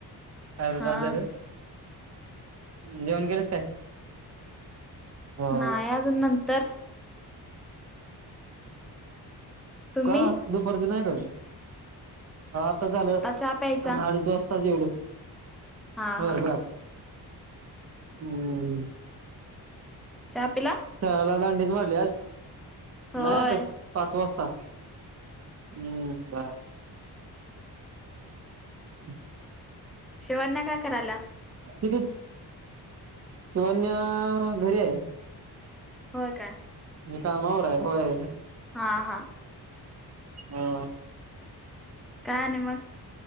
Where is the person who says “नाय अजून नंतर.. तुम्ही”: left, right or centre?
Centre